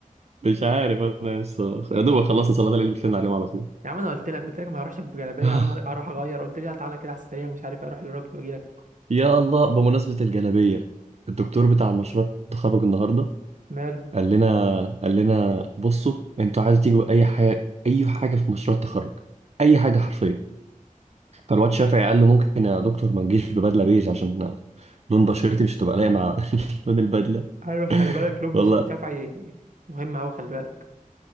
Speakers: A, on the right; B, on the right.
A: مش عارف انا لسه يا دوب خلصنا صلاة العيد وطلعنا عليهم على طول
B: يا عم انا قلت لك قلت لك ما اروحش بجلابيه
A: <sighs>
B: يا عم اروح اغير قلت لي لا تعالى كده على السريع ومش عارف إيه، اروح للراجل واجي لك
A: يا الله بمناسبة الجلابية الدكتور بتاع المشروع التخرج النهاردة
B: ماله
A: قال لنا قال لنا بصوا انتوا عايزوا تيجوا اي حاجة اي حاجة في مشروع التخرج اي حاجة حرفيا فالواد شافعي قال له ممكن يا دكتور ما تجيش ببدلة بيج عشان لون بشرتي مش هتبقى لايقة مع <laughs> لون البدلة
B: ايوه خلي بالك لون
A: والله
B: بشرة شفعي مهم قوي خلي بالك